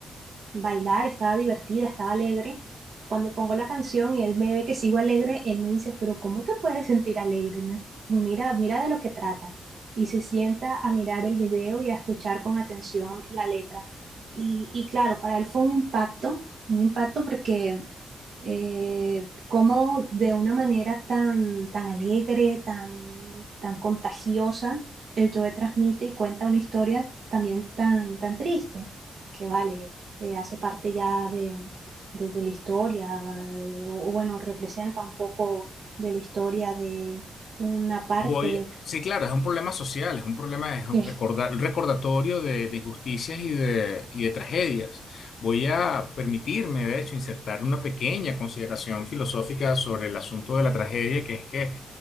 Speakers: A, on the right; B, on the left.
A: bailar, estaba divertida, estaba alegre. Cuando pongo la canción y él me ve que sigo alegre, él me dice, pero ¿cómo te puedes sentir alegre? No es- Mira, mira de lo que trata. Y se sienta a mirar el video y a escuchar con atención la letra. Y, y claro, para él fue un impacto, un impacto porque eh, cómo de una manera tan, tan alegre, tan, tan contagiosa, el Joe transmite y cuenta una historia también tan, tan triste, que vale, eh, hace parte ya de, de- de la historia, eh, o bueno, representa un poco de la historia de una parte.
B: Voy, sí, claro, es un problema social, es un problema, es un
A: Sí,
B: recorda- un recordatorio de, de injusticias y de, y de tragedias. Voy a permitirme, de hecho, insertar una pequeña consideración filosófica sobre el asunto de la tragedia, que es que